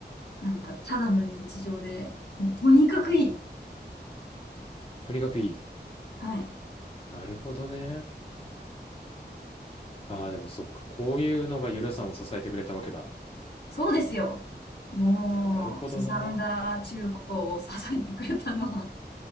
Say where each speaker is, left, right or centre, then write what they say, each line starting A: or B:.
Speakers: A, on the left; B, on the left.
A: なんか、ただの日常で、とにかくいい。
B: とにかくいい。
A: はい。
B: なるほどね。ああ、でもそっか。こういうのがゆらさんを支えてくれたわけだ。
A: そうですよ。もう、
B: なるほどな。
A: すさんだ中高を支えてくれたのは、